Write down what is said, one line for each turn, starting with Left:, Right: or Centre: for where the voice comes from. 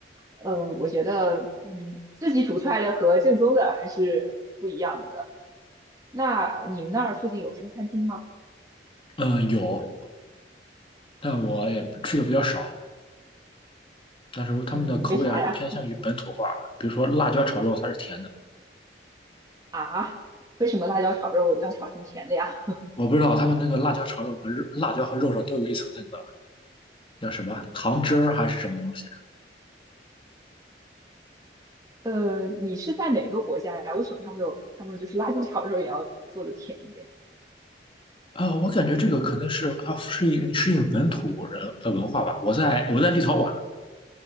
Right: 呃，我觉得，嗯，自己煮出来的和正宗的还是不一样的。那你们那儿附近有中餐厅吗？
Left: 嗯，有，但我也吃的比较少。但是他们的口味还是偏向于本土化，
Right: 嗯，为啥呀？
Left: 比如说辣椒炒肉，它是甜的。
Right: 啊，为什么辣椒炒肉要炒成甜的呀？
Left: 我不知道他们那个辣椒炒肉和肉辣椒和肉上都有一层那个叫什么糖汁儿还是什么东西
Right: 呃，你是在哪个国家呀？为什么他们有他们就是辣椒炒肉也要做的甜一点？
Left: 啊、我感觉这个可能是它适应适应本土人的文化吧。我在我在立陶宛